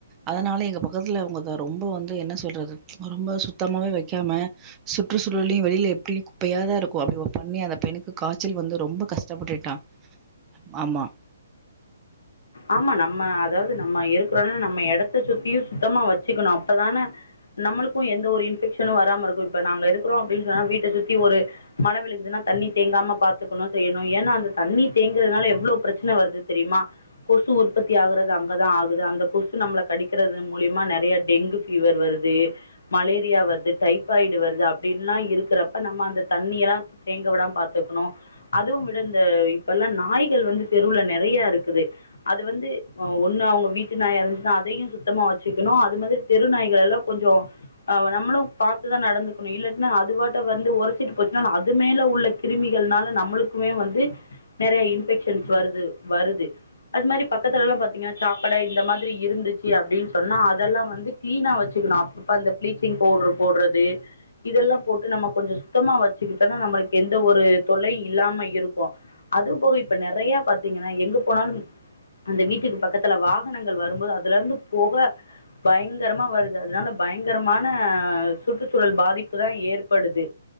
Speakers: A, on the right; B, on the left.
A: அதனால எங்க பக்கத்துல அவுங்கக்கா ரொம்ப வந்து என்ன சொல்றது ரொம்ப சுத்தமாவே வெய்க்காம சுற்றுச்சூழலயு வெளியில எப்பயு குப்பையாதா இருக்கு அப்டி ஒரு பண்ணி அந்த பையனுக்கு காய்ச்சல் வந்து ரொம்ப கஷ்டப்பட்டுட்டா ஆமா
B: ஆமா நம்ம அதாவ்து நம்ம இருக்ற நம்ம எடத்த சுத்தியு சுத்தமா வச்சுக்கணு அப்பதான நம்மளுக்கு எந்த ஒரு இன்ஃபெக்ஷனு வராம இருக்கு இப்ப நாங்க இருக்கிறோ அப்டின்னு சொன்னா வீட்டை சுத்தி ஒரு மழை விழுகுதுன்னா தண்ணி தேங்காம பாத்துக்கணு செய்யணு ஏன்னா அந்த தண்ணி தேங்குறதுனால எவ்ளோ பிரச்சன வருது தெரியுமா கொசு உற்பத்தி ஆகுறது அங்கதா ஆகுது அந்த கொசு நம்ள கடிக்கிறதன் மூலியமா நெறைய டெங்கு ஃபீவர் வருது மலேரியா வருது டைபாய்டு வருது அப்டின்ல்லா இருக்கிறப்ப நம்ம அந்த தண்ணிய எல்லா தேங்க விடாம பாத்துக்கணு அதுவும் விடு இந்த இப்பெல்லா நாய்கள் வந்து தெருவ்ல நெறைய இருக்குது அது வந்து ஒண்ணு அவங்க வீட்டு நாயா இருந்துச்சுனா அதையு சுத்தமா வச்சுக்கணு அது மாதிரி தெரு நாய்களல்லா கொஞ்சோ அ நம்மளு பாத்துதா நடந்துக்கணு இல்லன்னா அதுபாட்ட வந்து ஒரசிட்டு போச்சுன்னா அது மேல உள்ள கிருமிகள்னால நம்மளுக்குமே வந்து நெறைய இன்ஃபெக்ஷன்ஸ் வருது வருது அது மாரி பக்கத்துலலா பாத்தீங்கன்னா சாக்கடை இந்த மாரி இருந்துச்சு அப்டின்னு சொன்னா அதெல்லா வந்து கிளீனா வச்சுக்கணு அப்பப்ப இந்த பிளீச்சிங் பவுடர் போட்றது இதெல்லா போட்டு நம்ம கொஞ்ச சுத்தமா வெச்சுக்கிட்டனா நம்மளுக்கு எந்த ஒரு தொல்லயு இல்லாம இருக்கு அது போக இப்ப நறைய பாத்தீங்கன்னா எங்க போனாலும் அந்த வீட்டுக்கு பக்கத்துல வாகனங்கள் வரும்போது அதுல இருந்து போக பயங்கரமா வருது அதனால பயங்கரமான சுற்றுச்சூழல் பாதிப்பு தா ஏற்படுது